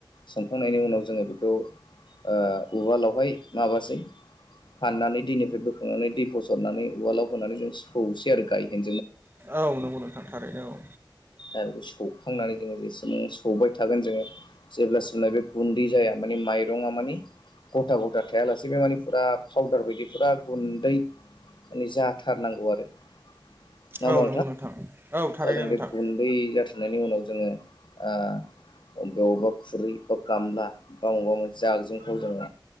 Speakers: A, on the left; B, on the right.
A: संखांनायनि उनाव जोङो बेखौ ओ उवालावहाय माबासै फाननानै दैनिफ्राय बोखांनानै दै फसरनानै उवालाव होनानै जों सौसै आरो गायहेन
B: औ नंगौ नों थांथारैनो औ।
A: आरो बे सौखांनानै जोङो जेसेबां सौबाय थागोन जोङो जेब्लासिम लागे गुन्दै जाया माने माइ रङा मानि ग'था ग'था थायालासे बे माने फुरा फाउदार बायदि फुरा गुन्दै माने जाथारनांगौ आरो। नङा होमबा
B: औ नंगौ नोंथां औ थारैनो
A: दा जों बे
B: नोंथां।
A: गुन्दै जाथारनायनि उनाव जोङो ओ अबे अबबा खुरै अब गामला बा अबा मोनसे आगजेंफ्राव जोङो